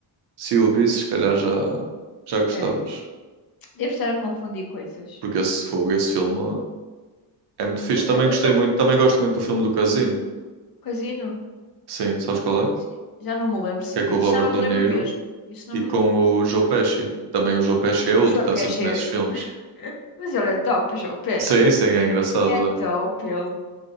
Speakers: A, on the right; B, on the left.
A: se o visses, se calhar já, já gostavas.
B: É, devo estar a confundir coisas.
A: Porque esse fogo, esse filme é muito fixe.
B: Mas,
A: Também
B: mas
A: gostei
B: que é
A: muito,
B: que...
A: também gosto muito do filme do Casino.
B: Casino?
A: Sim, sabes qual é?
B: Isso- Já não me lembro se
A: Que é
B: vi.
A: com o Robert
B: Isso já não
A: De
B: me lembro
A: Niro
B: mesmo. Isso não
A: e
B: me
A: com
B: lembro.
A: o Joe Pesci. Também o Joe Pesci é outro
B: O João
A: que
B: Pesci
A: está sempre nesses
B: é.
A: filmes.
B: <laughs> Mas ele é top, o João Pesci.
A: Sim, sim, é engraçado,
B: É top,
A: é.
B: ele.